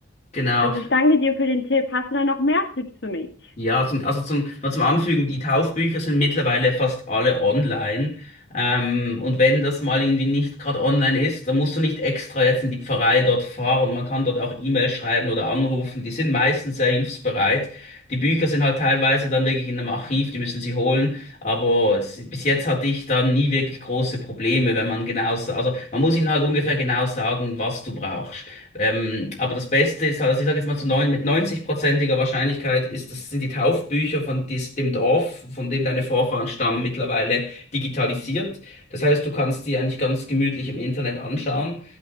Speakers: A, on the left; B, on the left.
A: Genau,
B: Also ich danke dir für den Tipp. Hast du da noch mehr Tipps für mich?
A: ja, zum, also zum, noch zum Anfügen, die Taufbücher sind mittlerweile fast alle online. Ähm, und wenn das mal irgendwie nicht gerade online ist, dann musst du nicht extra jetzt in die Pfarrei dort fahren. Man kann dort auch E-Mail schreiben oder anrufen. Die sind meistens sehr hilfsbereit. Die Bücher sind halt teilweise dann wirklich in einem Archiv, die müssen sie holen. Aber es, bis jetzt hatte ich da nie wirklich große Probleme, wenn man genau, sa- also man muss ihnen halt ungefähr genau sagen, was du brauchst. Ähm, aber das Beste ist, also ich sage jetzt mal zu neun, mit neunzig prozentiger Wahrscheinlichkeit ist, das sind die Taufbücher von dies, dem Dorf, von dem deine Vorfahren stammen, mittlerweile digitalisiert. Das heißt, du kannst die eigentlich ganz gemütlich im Internet anschauen.